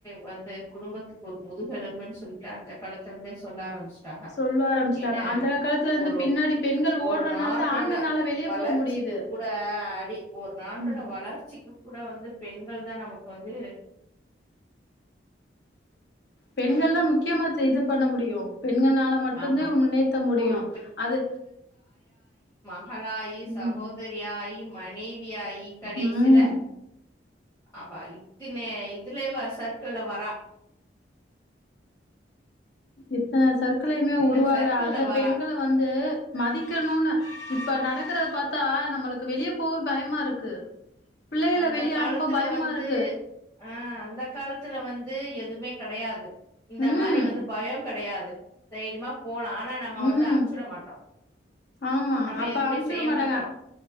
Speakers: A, on the left; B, on the left.
A: வந்து குடும்பத்துக்கு கொபோது கெலும்பன்னு சொல்லிட்டு அந்த காலத்த வந்தே சொல்ல ஆரம்பிச்சிட்டாங்க
B: சொல்ல ஆரம்பிச்சுட்டாங்க
A: ஏன்னா
B: அந்த காலத்துல இருந்து
A: ஒரு
B: பின்னாடி பெண்கள்
A: ஒரு
B: ஓடுறனாலதா
A: நாட்டோட
B: ஆண்கள்னால வெளிய
A: வளர்ச்சிக்கு
B: போ முடியுது
A: கூட அடி ஒரு நாட்டோட
B: ம்
A: வளர்ச்சிக்கு கூட வந்து பெண்கள் தான நமக்கு வந்து
B: பெண்கள் தா முக்கியமா த் இது பண்ண முடியு பெண்கனால மட்டும்தா
A: ஆமா
B: முன்னேற்ற முடியு
A: ஒரு
B: அது
A: மகளாய் சகோதரியாய்
B: ம்
A: மனைவியாயி கடைசில
B: ம்
A: ஆவ இத்தனே இதுல சர்க்கிள் வரா
B: எத்தனை சற்களையுமே
A: இத்தின
B: உருவாகற
A: சர்க்கிள்ல
B: அந்த
A: வரா
B: பெண்களை வந்து மதிக்கணும்னு இப் இப்ப நடக்கறத பார்த்தா நம்மளுக்கு வெளியே போவே பயமா இருக்கு பிள்ளைகள
A: அந்த
B: வெளிய
A: காலத்துல
B: அனுப்ப பயமா
A: வந்து
B: இருக்கு
A: ஆ அந்த காலத்துல வந்து து எதுவுமே கெடையாது இந்த
B: ம்
A: மாரி வந்து பயம் கெடையாது தைரியமா போல ஆனா நம்ம வந்து
B: ம்
A: அமைச்சுட மாட்டோம்
B: ஆமா
A: நம்ம
B: அப்ப
A: எதுவுமே
B: அனுப்ச்சு
A: செய்ய
B: விட மாட்டாங்க
A: மாட்டோ